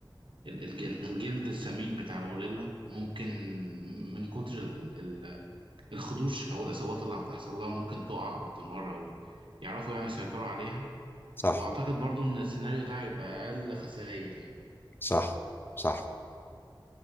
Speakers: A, on the right; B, on the left.
A: ال- الج- الجلد السميك بتاع الغوريلا ممكن من كتر ال- ال- ال- الخدوش او الاصابات اللي هتحصل لها ممكن تقع او تنهار او يعرفوا يعني يسيطروا عليها
B: صح
A: واعتقد برضو ان السيناريو ده هيبقى اقل خسائر يعني
B: صح صح